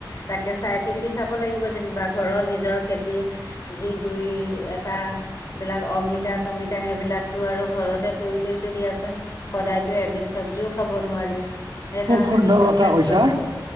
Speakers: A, on the left; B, on the right.
A: তাকে চাই চিন্তি খাব লাগিব যেনিবা ঘৰৰ নিজৰ খেতি যি দুই এটাবিলাক অমিতা চমিতা সেইবিলাকতো আৰু ঘৰতে কৰি লৈছোঁ দিয়াচোন সদায়তো এবিধ চব্জিও খাব নোৱাৰি সেইকাৰণে
B: খুব সুন্দৰ
A: নিজৰ
B: কথা
A: স্বাস্থ্যটো
B: কৈছ